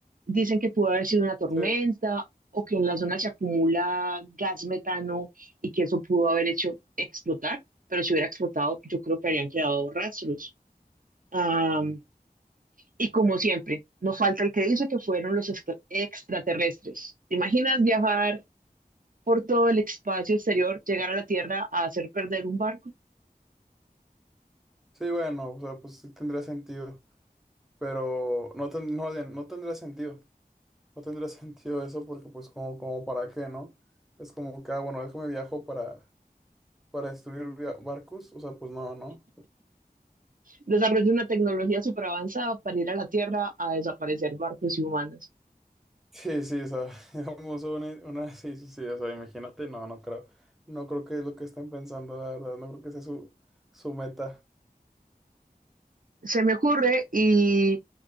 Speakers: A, on the right (about 60°); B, in the centre.
A: Dicen que pudo haber sido una tormenta
B: Sí.
A: o que en la zona se acumula gas metano y que eso pudo haber hecho explotar, pero si hubiera explotado, yo creo que habrían quedado rastros. Am, y como siempre, no falta el que dice que fueron los extra- extraterrestres. ¿Te imaginas viajar por todo el espacio exterior, llegar a la Tierra a hacer perder un barco?
B: Sí, bueno, o sea, pues sí tendría sentido, pero no, ten- no, no tendría sentido. No tendría <laughs> sentido eso porque pues como, como para qué, ¿no? Es como que, ah, bueno, déjame viajo para, para destruir via- barcos, o sea, pues no, ¿no? <laughs>
A: Desarrolla una tecnología superavanzada para ir a la Tierra a desaparecer barcos y humanos.
B: Sí, sí, o sea, <laughs> digamos una, una- sí, sí, sí, o sea, imagínate, no, no creo, no creo que es lo que están pensando, la verdad, no creo que sea su, su meta.
A: se me ocurre y